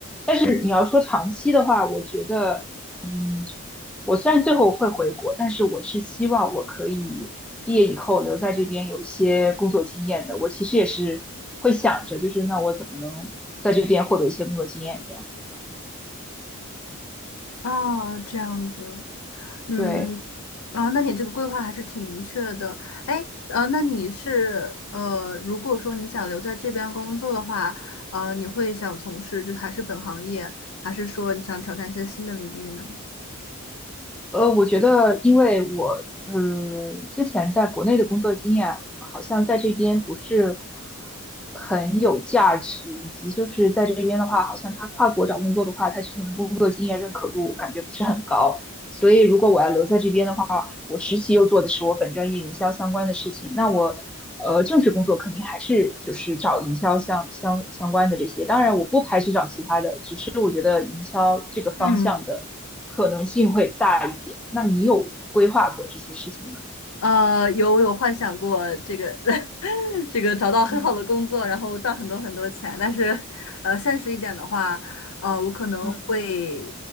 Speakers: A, in the centre; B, on the left.
A: 是你要说长期的话，我觉得，嗯，我虽然最后会回国，但是我是希望我可以毕业以后留在这边有一些工作经验的。我其实也是会想着，就是那我怎么能在这边获得一些工作经验？这样，
B: 哦，这样子，嗯，
A: 对，
B: 啊，那你这个规划还是挺明确的。哎，呃，那你是呃，如果说你想留在这边工作的话，呃，你会想从事就是还是本行业，还是说你想挑战一些新的领域呢？
A: 呃，我觉得因为我，呃，之前在国内的工作经验好像在这边不是很有价值，以及就是在这边的话，好像他跨国找工作的话，他之前的工作经验认可度感觉不是很高。所以如果我要留在这边的话，我实习又做的是我本专业营销相关的事情，那我呃正式工作肯定还是就是找营销相相相关的这些。当然，我不排斥找其他的，只是我觉得营销这个方向的可能性会大一点。
B: 嗯。
A: 那你有规划过这些事情吗？
B: 呃，有我有幻想过这个，<laughs> 这个找到很好的工作，
A: 嗯
B: 然后赚很多很多钱，但是，呃，现实一点的话，呃，我可能会，
A: 嗯